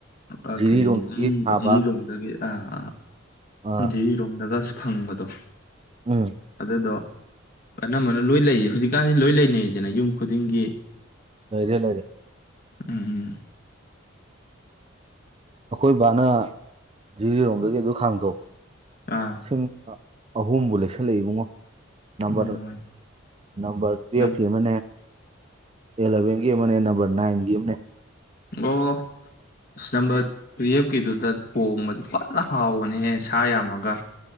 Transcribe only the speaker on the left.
ꯑ
ꯀ ꯑꯩꯒꯤ ꯖꯤꯔꯤ
ꯖꯤꯔꯤꯔꯣꯝꯗꯒꯤ ꯑꯥꯥ
ꯖꯤꯔꯤꯔꯣꯝꯗꯒꯁꯨ ꯐꯪꯕꯗꯣ
ꯑꯗꯨꯗꯣ ꯑꯅꯝꯕꯅ ꯂꯣꯏ ꯂꯩꯌꯦ ꯍꯧꯖꯤꯛꯀꯥꯟꯁꯤ ꯂꯣꯏ ꯂꯩꯅꯩꯗꯅ ꯌꯨꯝ ꯈꯨꯗꯤꯡꯒꯤ
ꯎꯝ ꯎꯝ
ꯑꯥ
ꯏꯃꯣꯏ
ꯎꯝ
ꯑꯣ ꯑꯁ ꯅꯝꯕꯔ ꯇꯨꯌꯦꯐꯀꯤꯗꯨꯗ ꯊꯣꯡꯕꯁ ꯐꯖꯅ ꯍꯥꯎꯕꯅꯦꯍꯦ ꯁꯥ ꯌꯥꯝꯃꯒ